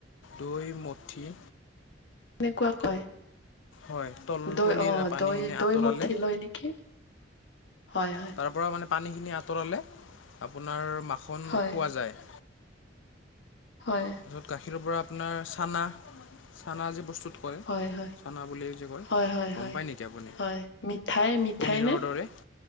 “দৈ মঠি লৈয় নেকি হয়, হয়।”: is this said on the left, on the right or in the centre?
Left